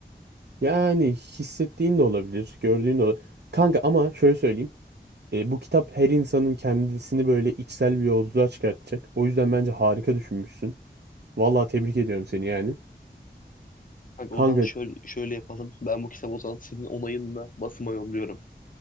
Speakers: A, on the right; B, on the left.
A: Yani hissettiğin de olabilir. Gördüğün de olabilir. Kanka ama şöyle söyleyeyim. E, bu kitap her insanın kendisini böyle içsel bir yolculuğa çıkartacak. O yüzden bence harika düşünmüşsün. Vallahi tebrik ediyorum seni yani.
B: Kanka
A: Kanka
B: o zaman şöyle, şöyle yapalım. Ben bu kitabı o zaman senin onayınla basıma yolluyorum.